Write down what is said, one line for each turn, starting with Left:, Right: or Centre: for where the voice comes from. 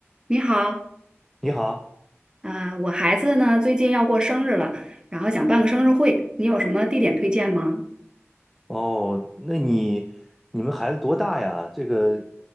Right: 你好，
Centre: 你好，
Right: 啊、我孩子呢最近要过生日了，然后想办个生日会，你有什么地点推荐吗？
Centre: 哦，那你你们孩子多大呀？这个，